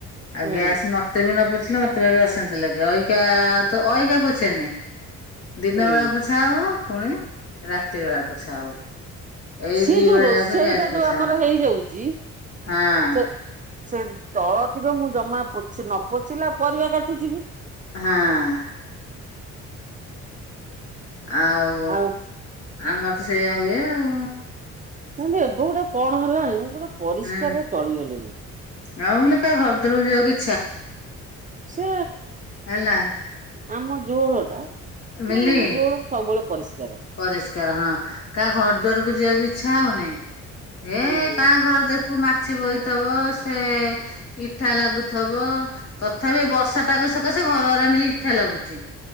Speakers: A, on the left (about 50°); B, on the right (about 25°).
A: ଆଉ
B: ହୁଁ
A: ଗ୍ୟାସ୍ ମତେ ବି ନ ପୋଛିଲେ ମତେ ବି ଅଶାନ୍ତି ଲାଗେ ଅା ତ ଅଇିକା ପୋଛେନି। ଦିନ
B: ହୁଁ।
A: ବଳା ପୋଛା ହବ, ପୁଣି ରାତି ବଳା ପୋଛା ହବ। ଏଇ
B: ସେ
A: ଦି
B: ଯୋଉ
A: ବେଳା
B: ରୋଷେଇଟା
A: ଯାକ ଗ୍ୟାସ୍ ପୋଛା
B: ଯୋଉ ଆମର
A: ହବ
B: ହେଇଯାଉଛି
A: ହଁ
B: ସେ ସେ ତଳ ଥିବେ ମୁଁ ଜମା ପୋ ନ ପୋଛିଲା ପରିବା କାଟୁଛିିବି।
A: ହଁ ଆଉ
B: ହଉ
A: ଆମର ତ ସେଇଆ ହୁଏ ଆଉ।
B: ସେୁ ଏବେ ଗୋଟେ କଣ ହେଲାଣି ଗୋଟେ ପରିଷ୍କାରରେ
A: ହୁଁ
B: ଚଳିଗଲେଣି।
A: ଆଉ କା ଘରରକୁ ଯିବକ କି
B: ସେ
A: ହେଲା
B: ଆମ ଜୋଳ ଟା <inaudible>
A: ମିଲି
B: ନା ଆମ ଗୋଳର ସବୁବେଳେ ପରିଷ୍କାର।
A: ପରିଷ୍କାର ହଁ। କାହା ଘର ଦୁଆାରକୁ ଯିବାକୁ ଇଛା ହଉନି। ଏ
B: ହୁଁ
A: କାହା ଘର ଦେଖୁ କୁ ମାଛି ବୋଇଥବ, ସେ ଇଠା ଲାଗୁଥବ ତଥାପି ଏ ବର୍ଷା ପାଗ ସକାଶେ ଘର ଘରା ମିଲି ଇଠା ଲାଗୁଛି।